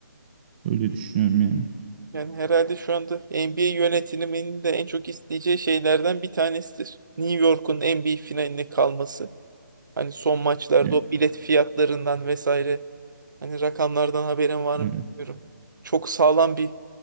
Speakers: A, on the right; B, on the right.
A: Öyle düşünüyorum yani.
B: Yani herhalde şu anda NBA yönetiminin de en çok isteyeceği şeylerden bir tanesidir. New York'un NBA finaline kalması. Hani son maçlarda
A: E,
B: o bilet fiyatlarından vesaire Hani rakamlardan haberin var
A: evet,
B: mı bilmiyorum. Çok sağlam bir